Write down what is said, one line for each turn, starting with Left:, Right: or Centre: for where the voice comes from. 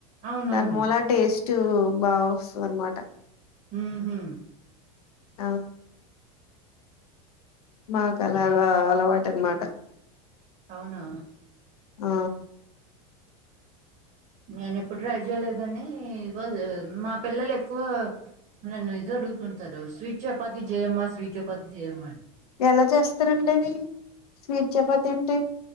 Right: అవునవును
Left: దాని మూల టేస్ట్ బావస్తది అనమాట
Right: ఉహు
Left: ఆ మాకు అలాగా అలవాటు అనమాట
Right: అవునా
Left: ఆ
Right: నేను ఎప్పుడు ట్రై చేయలేదు కాని ఈ రోజు మా పిల్లలు ఎక్కువ నన్ను ఇది అడుగుతు ఉంటారు స్వీట్ చపాతి జయమ్మ స్వీట్ చపాతి జయమ్మా అని
Left: ఎలా చేస్తారండి అది స్వీట్ చపాతి అంటే